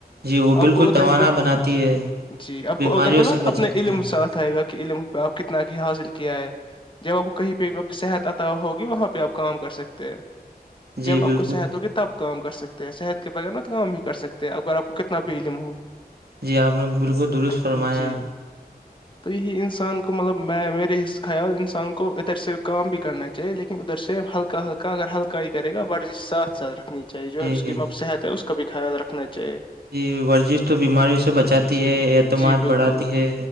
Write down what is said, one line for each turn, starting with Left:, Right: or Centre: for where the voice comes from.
Right: جی وہ
Left: آپ
Right: بالکل
Left: کو اوتر
Right: توانا
Left: پہ
Right: بناتی
Left: جی
Right: ہے
Left: جی آپ
Right: بیماریوں
Left: کو اوتر پہ
Right: سے
Left: اپنے
Right: بچاتی
Left: علم
Right: ہے
Left: ساتھ آئے گا علم پہ اپ کتنا حاصل کیا ہے جب آپ کو کہیں پہ صحت آتا ہوگی وہاں پہ آپ کام کر سکتے ہیں جب
Right: جی
Left: آپ
Right: بالکل
Left: کو صحت ہوگی تب کام کر سکتے ہیں صحت کے بغیر نا کام ہی کر سکتے ہیں اگر آپ کو کتنا بھی علم ہو
Right: جی آپ نے بالکل درست فرمایا
Left: جی تو یہی انسان کو مطلب میں میرے خیال انسان کو ادھر سے کام بھی کرنا اہ لیکن ادھر سےم ہلکا ہلکا اگر ہلکا ہی کرے گاورزشات ساتھ رکھنی چیے چاہے جو
Right: جی
Left: ہے اس کی مب صحت ہے اس کا بھی خیال رکھنا چاہیے
Right: یہ ورزش تو بیماریوں سے بچاتی
Left: جی
Right: ہے اعتماد
Left: جی بالکل
Right: بڑھاتی ہے